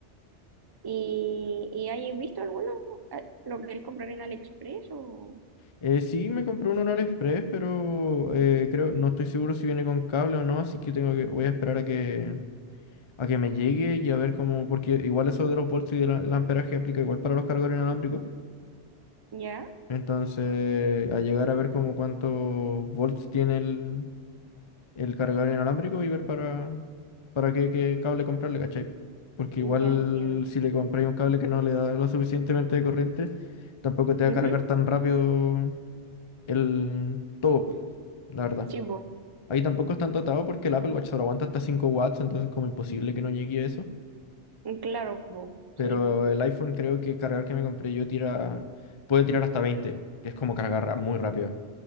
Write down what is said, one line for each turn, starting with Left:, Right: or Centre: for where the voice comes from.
Right: ¿Y, y hay visto alguno? Ah, ¿Lo querés comprar en AliExpress o...?
Left: Eh, sí, me compré uno en AliExpress, pero eh, creo, no estoy seguro si viene con cable o no, así que tengo que, voy a esperar a que a que me llegue y a ver cómo, porque igual eso de los volts y del a- el amperaje aplica igual para los cargadores inalámbricos.
Right: Ya,
Left: Entonces, a llegar a ver como cuántos volts tiene el, el cargador inalámbrico y ver para, para qué, qué cable comprarle, ¿cachai? Porque igual
Right: ya entiendo.
Left: si le compráis un cable que no le da lo suficientemente de corriente, tampoco te va
Right: Ujú,
Left: a cargar tan rápido el todo, la verdad.
Right: Sí, pues.
Left: Ahí tampoco es tanto atado porque el Apple Watch solo aguanta hasta 5 watts, entonces como imposible que no llegue a eso.
Right: Claro, pues.
Left: Pero
Right: Sí, pues.
Left: el iPhone creo que el cargador que me compré yo tira, puede tirar hasta 20 que es como cargar ra- muy rápido.